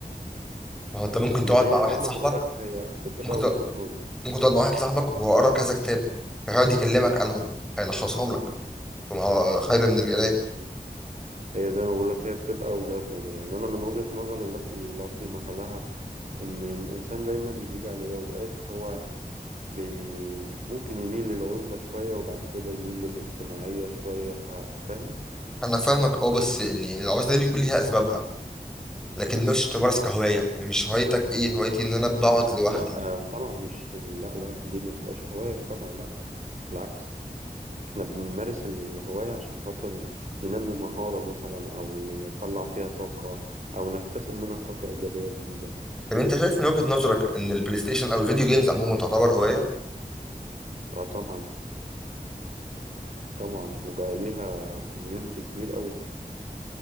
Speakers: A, in the centre; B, on the right (about 50°).
A: ما هو انت ممكن تقعد
B: ما هي
A: مع واحد
B: زي ما
A: صاحبك
B: بقول لك هي بتبقى
A: ممكن تق...
B: وجهات نظر
A: ممكن تقعد مع واحد صاحبك وهو قرا كذا كتاب فهيقعد يكلمك عنهم هيلخصهم لك فما هو خير من القرايه
B: يعني هي زي ما بقول لك هي بتبقى وجهات نظر يعني انا من وجهة نظري التي لا قيمة لها ان الانسان دايما بيجي عليه اوقات هو بي ممكن يميل للعزلة شوية وبعد كده يميل للاجتماعية شوية ف... فاهم؟
A: انا فاهمك اه بس ان يعني العزله دي بيكون ليها اسبابها لكن مش تمارس كهوايه يعني مش هوايتك ايه هوايتي ان انا بقعد لوحدي
B: لا آه، طبعا مش لا لا دي ما تبقاش هواية طبعا لا بالعكس احنا بنمارس الهواية عشان خاطر ننمي مهارة مثلا أو نطلع فيها طاقة أو نكتسب منها طاقة إيجابية جديدة
A: طب انت شايف من وجهه نظرك ان البلاي ستيشن او الفيديو جيمز عموما تعتبر هوايه
B: اه طبعا طبعا وبقى ليها كوميونتي كبير أوي